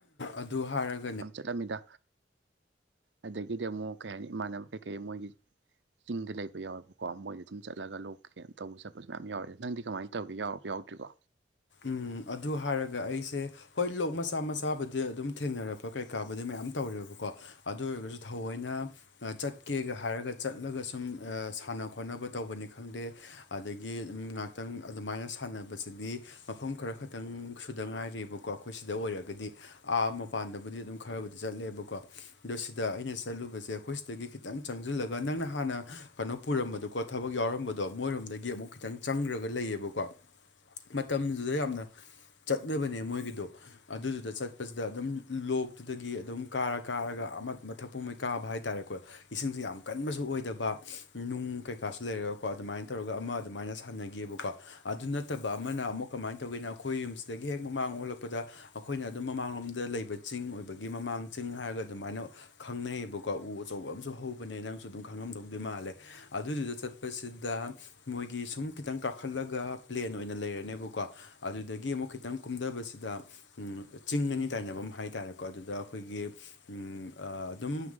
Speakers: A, on the left; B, on the right.
A: ꯑꯗꯨ ꯍꯥꯏꯔꯒ
B: ꯌꯥꯝ ꯆꯠꯂꯝꯃꯤꯗ ꯑꯗꯒꯤꯗꯤ ꯑꯃꯨꯛ ꯀꯩ ꯍꯥꯏꯅꯤ ꯏꯃꯥꯟꯅꯕ ꯀꯩꯀꯩ ꯃꯣꯏꯒꯤ ꯆꯤꯡꯗ ꯂꯩꯕ ꯌꯥꯎꯋꯦꯕꯀꯣ ꯃꯣꯏꯗ ꯑꯗꯨꯝ ꯆꯠꯂꯒ ꯂꯣꯛꯀ ꯇꯧꯕ ꯆꯠꯄꯁꯨ ꯃꯌꯥꯝ ꯌꯥꯎꯋꯦ ꯅꯪꯗꯤ ꯀꯃꯥꯏꯅ ꯇꯧꯒꯦ ꯌꯥꯎꯔ ꯌꯥꯎꯗ꯭ꯔꯤꯕꯣ
A: ꯎꯝ ꯑꯗꯨ ꯍꯥꯏꯔꯒ ꯑꯩꯁꯦ ꯍꯣꯏ ꯂꯣꯛ ꯃꯆꯥ ꯃꯆꯥꯕꯨꯗꯤ ꯑꯗꯨꯝ ꯊꯦꯡꯅꯔꯛꯄ ꯀꯩ ꯀꯥꯕꯨꯗꯤ ꯃꯌꯥꯝ ꯇꯧꯔꯦꯕꯀꯣ ꯑꯗꯨ ꯑꯣꯏꯔꯒꯁꯨ ꯊꯧꯑꯣꯏꯅ ꯆꯠꯀꯦꯒ ꯍꯥꯏꯔꯒ ꯆꯠꯂꯒ ꯁꯨꯝ ꯑ ꯁꯥꯟꯅ ꯈꯣꯠꯅꯕ ꯇꯧꯕꯅꯤ ꯈꯪꯗꯦ ꯑꯗꯒꯤ ꯎꯝ ꯉꯥꯏꯍꯥꯛꯇꯪ ꯑꯗꯨꯃꯥꯏꯅ ꯁꯥꯟꯅꯕꯁꯤꯗꯤ ꯃꯐꯝ ꯈꯔ ꯈꯛꯇꯪ ꯁꯨꯗ ꯉꯥꯏꯔꯕꯀꯣ ꯑꯩꯈꯣꯏ ꯁꯤꯗ ꯑꯣꯏꯔꯒꯗꯤ ꯑꯥ ꯃꯄꯥꯟꯗꯕꯨꯗꯤ ꯑꯗꯨꯝ ꯈꯔꯕꯨꯗꯤ ꯆꯠꯂꯦꯕꯀꯣ ꯑꯗꯣ ꯁꯤꯗ ꯑꯩꯅ ꯆꯠꯂꯨꯕꯁꯦ ꯑꯩꯈꯣꯏ ꯁꯤꯗꯒꯤ ꯈꯤꯇꯪ ꯆꯪꯁꯤꯜꯂꯒ ꯅꯪꯅ ꯍꯥꯟꯅ ꯀꯩꯅꯣ ꯄꯨꯔꯝꯕꯗꯨꯀꯣ ꯊꯕꯛ ꯌꯥꯎꯔꯝꯕꯗꯣ ꯃꯣꯏꯔꯣꯝꯗꯒꯤ ꯑꯃꯨꯛ ꯈꯤꯇꯪ ꯆꯪꯈ꯭ꯔꯒ ꯂꯩꯌꯦꯕꯀꯣ ꯃꯇꯝꯗꯨꯗ ꯌꯥꯝꯅ ꯆꯠꯅꯕꯅꯦ ꯃꯣꯏꯒꯤꯗꯣ ꯑꯗꯨꯗꯨꯗ ꯆꯠꯄꯁꯤꯗ ꯑꯗꯨꯝ ꯂꯣꯛꯇꯨꯗꯒꯤ ꯑꯗꯨꯝ ꯀꯥꯔ ꯀꯥꯔꯒ ꯑꯥ ꯃꯊꯛꯄꯨꯝꯕꯩ ꯀꯥꯕ ꯍꯥꯏꯇꯥꯔꯦꯀꯣ ꯏꯁꯤꯡꯁ ꯌꯥꯝ ꯀꯟꯕꯁꯨ ꯑꯣꯏꯗꯕ ꯅꯨꯡ ꯀꯩꯀꯥꯁꯨ ꯂꯩꯔꯒꯀꯣ ꯑꯗꯨꯃꯥꯏꯅ ꯇꯧꯔꯒ ꯑꯃ ꯑꯗꯨꯃꯥꯏꯅ ꯁꯥꯟꯅꯈꯤꯌꯦꯕꯀꯣ ꯑꯗꯨ ꯅꯠꯇꯕ ꯑꯃꯅ ꯑꯃꯨꯛ ꯀꯃꯥꯏꯅ ꯇꯧꯒꯦꯅꯣ ꯑꯩꯈꯣꯏ ꯌꯨꯝꯁꯤꯗꯒꯤ ꯍꯦꯛ ꯃꯃꯥꯡ ꯑꯣꯜꯂꯛꯄꯗ ꯑꯩꯈꯣꯏꯅ ꯑꯗꯨꯝ ꯃꯃꯥꯡꯂꯣꯝꯗ ꯂꯩꯕ ꯆꯤꯡ ꯑꯣꯏꯕꯒꯤ ꯃꯃꯥꯡ ꯆꯤꯡ ꯍꯥꯏꯔꯒ ꯑꯗꯨꯃꯥꯏꯅ ꯈꯪꯅꯩꯌꯦꯕꯀꯣ ꯎ ꯑꯆꯧꯕ ꯑꯃꯁꯨ ꯍꯧꯕꯅꯦ ꯅꯪꯁꯨ ꯑꯗꯨꯝ ꯈꯪꯉꯝꯗꯧꯗꯤ ꯃꯥꯜꯂꯦ ꯑꯗꯨꯗꯨꯗ ꯆꯠꯄꯁꯤꯗ ꯃꯣꯏꯒꯤ ꯁꯨꯝ ꯈꯤꯇꯪ ꯀꯥꯈꯠꯂꯒ ꯄ꯭ꯂꯦꯠ ꯑꯣꯏꯅ ꯂꯩꯔꯅꯦꯕꯀꯣ ꯑꯗꯨꯗꯒꯤ ꯑꯃꯨꯛ ꯈꯤꯇꯪ ꯀꯨꯝꯊꯕꯁꯤꯗ ꯑꯝ ꯆꯤꯡ ꯑꯅꯤ ꯇꯥꯏꯅꯐꯝ ꯍꯥꯏ ꯇꯥꯔꯦꯀꯣ ꯑꯗꯨꯗ ꯑꯩꯈꯣꯏꯒꯤ ꯑꯝ ꯑ ꯑꯗꯨꯝ